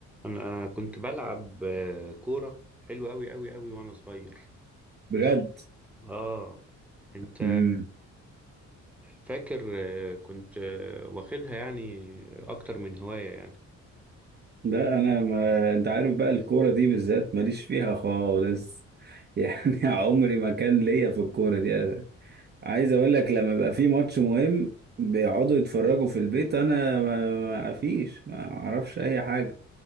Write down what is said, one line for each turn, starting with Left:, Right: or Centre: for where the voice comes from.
Centre: انا كنت بلعب آه، كورة حلو قوي قوي قوي وانا صغير
Right: بجد
Centre: اه انت
Right: امم
Centre: فاكر آه، كنت آه، واخدها يعني اكتر من هواية يعني
Right: ده انا ما انت عارف بقى الكوره دي بالذات ماليش فيها خالص <laughs> يعني عمري ما كان ليا في الكوره دي أنا عايز اقول لك لما بيبقى في ماتش مهم بيقعدوا يتفرجوا في البيت انا ما ما فيش ما اعرفش اي حاجه